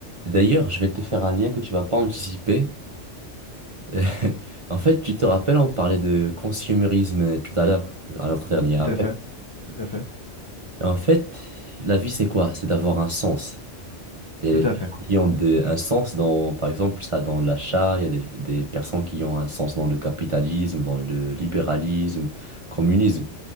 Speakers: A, on the right; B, on the left.
A: D'ailleurs, je vais te faire un lien que tu vas pas anticiper. <laughs> En fait, tu te rappelles, on parlait de consumérisme tout à l'heure, à notre dernier
B: Tout
A: appel.
B: à fait, tout à fait,
A: Et en fait, la vie, c'est quoi? C'est d'avoir un sens. Il
B: tout
A: y a des
B: à
A: personnes
B: fait.
A: qui ont de- un sens dans, par exemple, ça dans l'achat, il y a des, des personnes qui ont un sens dans le capitalisme, dans le libéralisme, communisme.